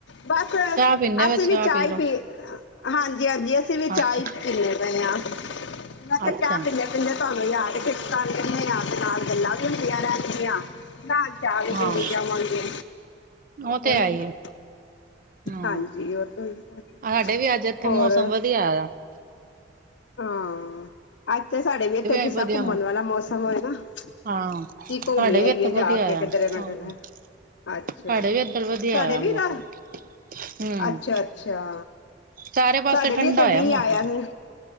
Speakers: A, on the left (about 80°); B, on the right (about 50°).
A: ਬਸ
B: ਚਾਹ ਪੀਂਨੇ
A: ਅਸੀਂ
B: ਪਏ,
A: ਵੀ ਚਾਹ
B: ਲਓ।
A: ਪੀ ਰ ਆ ਹਾਂਜੀ-ਹਾਂਜੀ, ਅਸੀਂ ਵੀ
B: ਅੱਛਾ,
A: ਚਾਹ ਹੀ ਪੀਨੇ ਪਏ ਹਾਂ ਮੈਂ ਕਿਹਾ
B: ਅੱਛਾ,
A: ਚਾਹ ਪੀਨੇ ਆ ਕਹਿੰਨੇ ਤੂਹਾਨੂੰ ਯਾਦ ਕੀਤਾ ਕਹਿੰਦੇ ਨਾਲਦੇ ਨਾਲ ਗੱਲਾਂ ਵੀ ਹੁੰਦੀਆਂ ਰਹਿਣਗੀਆ। ਚਾਹ ਵੀ
B: ਹਾਂ,
A: ਪੀਬੀ ਜਾਵਾਂਗੇ।
B: ਉਹ
A: ਕੋਈ
B: ਤੇ ਹੈ ਹੀ
A: ਨਾ
B: ਏ। ਹਾਂ,
A: ਹਾਂਜੀ ਉਹ ਤੋਂ ਹੈ ਈ ਆ।
B: ਸਾਡੇ ਵੀ ਅੱਜ ਇੱਥੇ
A: ਹੋਰ?
B: <unintelligible>
A: ਹਾਂ, ਅੱਜ ਤੇ ਸਾਡੇ ਵੀ ਇੱਥੇ ਜਿਸ
B: ਅੱਜ ਵਧੀਆ
A: ਤਾਂ ਘੁੰਮਣ
B: ਵਾ।
A: ਵਾਲਾ ਮੌਸਮ ਹੋਏ ਨਾ ਕੀ
B: ਹਾਂ,
A: ਘੁੰਮ
B: ਸਾਡੇ
A: ਈ ਆਈਏ
B: ਵੀ ਇੱਥੇ ਵਧੀਆ
A: ਜਾ ਕੇ
B: ਹੋਇਆ,
A: ਕਿਧਰੇ ਨਾ
B: ਹਾਂ।
A: ਕਿਧਰੇ ਅੱਛਾ
B: ਸਾਡੇ ਵੀ ਇੱਧਰ ਵਧੀਆ
A: ਸਾਡੇ
B: ਹੋਇਆ
A: ਵੀ
B: ਮੌਸਮ,
A: ਰਾ,
B: ਹੂੰ,
A: ਅੱਛਾ-ਅੱਛਾ।
B: ਸਾਰੇ ਪਾਸੇ
A: ਸਾਡੇ ਵੀ
B: ਠੰਡਾ
A: ਇਥੇ ਮੀਂਹ
B: ਹੋਇਆ ਮੌਸਮ।
A: ਆਇਆ ਹੀ।